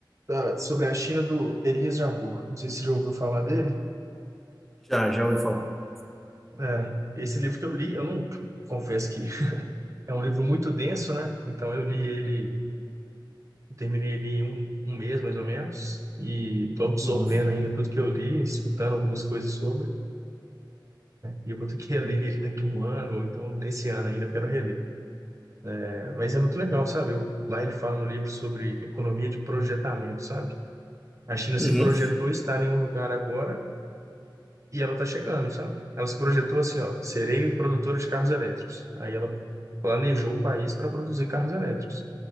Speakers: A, on the right; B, in the centre.
A: da- sobre a China do Elias Jabbour. Não sei se você já ouviu falar dele.
B: Já, já ouvi falar.
A: É, esse livro que eu li, eu não confesso que é um livro muito denso, né? Então eu li ele, terminei ele em um, um mês mais ou menos, e estou absorvendo
B: Uhum,
A: ainda tudo que eu li, escutando algumas coisas sobre, e eu vou ter que reler ele daqui a um ano, ou então nesse ano ainda eu quero reler. É, mas é muito legal, sabe? Eu, lá ele fala no livro sobre economia de projetamento, sabe? A China se
B: uhum.
A: projetou estar em um lugar agora E ela tá chegando, sabe? Ela se projetou assim, ó, serei produtora de carros elétricos. Aí ela planejou o país para produzir carros elétricos.